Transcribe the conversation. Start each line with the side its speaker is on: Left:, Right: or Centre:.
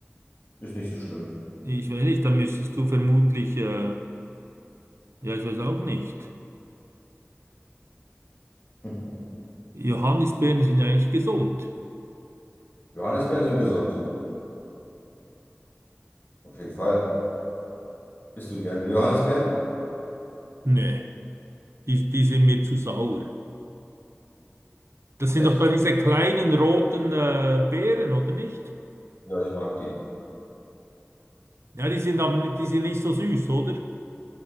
Left: Ist nicht so schlimm.
Right: Ich weiß nicht, da müsstest du vermutlich, äh, ja, ich weiß auch nicht.
Left: <laughs>
Right: Johannisbeeren sind ja eigentlich gesund.
Left: Johannisbeeren sind gesund. Auf jeden Fall. Isst du gerne Johannisbeeren?
Right: Nee. Die, die sind mir zu sauer. Das sind
Left: Echt?
Right: doch da diese kleinen roten äh, Beeren, oder nicht?
Left: Ja, ich mag die.
Right: Ja, die sind aber nicht, die sind nicht so süß, oder?